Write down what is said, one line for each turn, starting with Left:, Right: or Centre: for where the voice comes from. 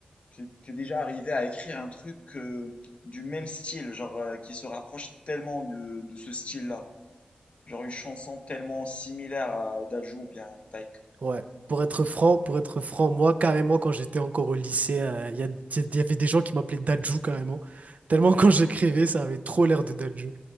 Left: T'es t'es déjà arrivé à écrire un truc euh, du même style, genre euh, qui se rapproche tellement de, de ce style-là. Genre une chanson tellement similaire à Dajou ou bien Taïk.
Right: Ouais, pour être franc, pour être franc, moi carrément quand j'étais encore au lycée, euh, il y, a- il y avait des gens qui m'appelaient Dadju carrément. Tellement quand j'écrivais, ça avait trop l'air de Dadju.